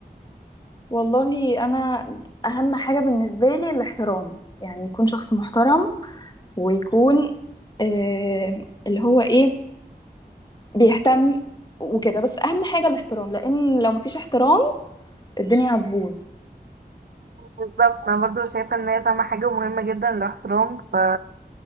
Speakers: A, on the left; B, on the right.
A: والله انا اهم حاجة بالنسبة لي الاحترام يعني يكون شخص محترم ويكون آه اللي هو ايه بيهتم وكده بس اهم حاجة الاحترام لان لو مفيش احترام الدنيا هتبوظ
B: بالظبط انا برضه شايفة ان هي فاهمة حاجة مهمة جدا الاحترام ف